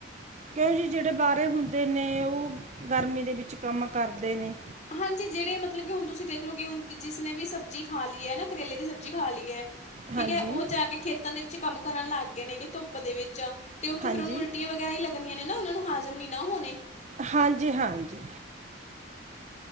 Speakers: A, on the right; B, on the left.
A: ਕਿਉਂ ਜਿ ਜਿਹੜੇ ਬਾਹਰੇ ਹੁੰਦੇ ਨੇ ਉਹ ਗਰਮੀ ਦੇ ਵਿੱਚ ਕੰਮ ਕਰਦੇ ਨੇ
B: ਹਾਂਜੀ ਜਿਹੜੇ ਮਤਲਬ ਕਿ ਹੁਣ ਤੁਸੀਂ ਦੇਖ ਲਓ ਕਿ ਹੁ ਜਿਸਨੇ ਵੀ ਸਬਜ਼ੀ ਖਾ ਲਈ ਹੈ ਨਾ ਕਰੇਲੇ ਦੀ ਸਬਜ਼ੀ ਖਾ ਲਈ ਹੈ ਠੀਕ
A: ਹਾਂਜੀ
B: ਹੈ ਉਹ ਜਾ ਕੇ ਖੇਤਾਂ ਦੇ ਵਿੱਚ ਕੰਮ ਕਰਨ ਲੱਗ ਗਏ ਨੇਗੇ ਧੁੱਪ ਦੇ ਵਿੱਚ ਤੇ ਓਥੇ
A: ਹਾਂਜੀ
B: ਉਹਨ ਉਟ ਵਗੈਰਾ ਹੀ ਲੱਗੀਆਂ ਨੇ ਨਾ ਉਹਨਾ ਨੂੰ ਹਾਜ਼ਮ ਨੀ ਨਾ ਹੋਣੇ
A: ਹਾਂਜੀ ਹਾਂਜੀ